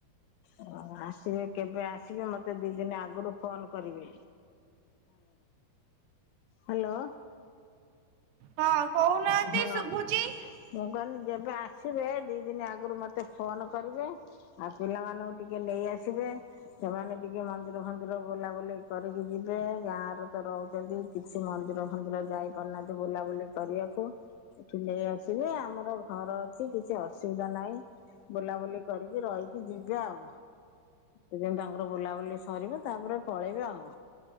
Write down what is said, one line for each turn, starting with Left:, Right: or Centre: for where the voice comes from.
Left: ଓ ଆସିବେ କେବେ ଆସିବେ ମତେ ଦି ଦିନ ଆଗରୁ ଫୋନ କରିବେ। ହାଲୋ।
Right: ହଁ କହୁନାହାନ୍ତି
Left: ହଁ
Right: ଶୁଭୁଚି।
Left: ମୁଁ କହିଲି ଯେବେ ଆସିବେ ଦି ଦିନ ଆଗରୁ ମତେ ଫୋନ କରିବେ ଆଉ ପିଲାମାନଙ୍କୁ ଟିକେ ନେଇ ଆସିବେ। ସେମାନେ ଟିକେ ମନ୍ଦିର ଫନ୍ଦିର ବୁଲାବୁଲି କରିକି ଯିବେ ଗାଁ ରେ ତ ରହୁଛନ୍ତିି। ସେ ମନ୍ଦିର ଫନ୍ଦିର ଯାଇ ପାରୁନାହାନ୍ତି ବୁଲାବୁଲି କରିବାକୁ ଏଠି ନେଇ ଆସିବେ ଆମର ଘର ଅଛି କିଛି ଅସୁବିଧା ନାହିଁ। ବୁଲାବୁଲି କରିକି ରହିକି ଯିବେ ଆଉ। ସେଦିନ ତାଙ୍କର ବୁଲାବୁଲି ସରିବ ତାପରେ ପଳେଇବେ ଆଉ।